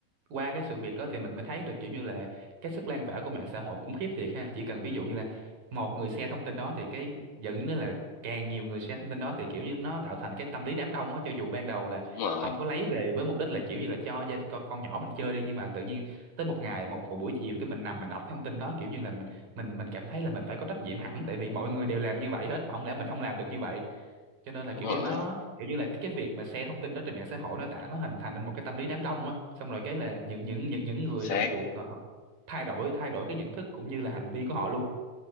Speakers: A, on the right; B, on the left.
A: qua cái sự việc đó thì mình mới thấy được kiểu như là cái sức lan tỏa của mạng xã hội khủng khiếp thiệt ha chỉ cần ví dụ như là một người share thông tin đó thì cái dẫn đến là càng nhiều người share thông tin đó thì kiểu như nó tạo thành cái tâm lý đám đông á cho dù ban đầu là
B: đúng rồi
A: ông có lấy về với mục đích là kiểu như là cho gia con, con nhỏ mình chơi đi nhưng mà tự nhiên tới một ngày một, một buổi chiều cái mình nằm mình đọc thông tin đó kiểu như là mình mình mình cảm thấy là mình phải có trách nhiệm hẳn tại vì mọi người đều làm như vậy hết mà không lẽ mình không làm được như vậy cho nên là
B: đúng
A: kiểu
B: rồi
A: như nó kiểu như là cái việc mà share thông tin đó trên mạng xã hội nó tạo nó hình thành nên một cái tâm lý đám đông á xong rồi cái là những những những những người
B: chính xác
A: trong cuộc ờ, họ thay đổi thay đổi cái nhận thức cũng như là hành vi của họ luôn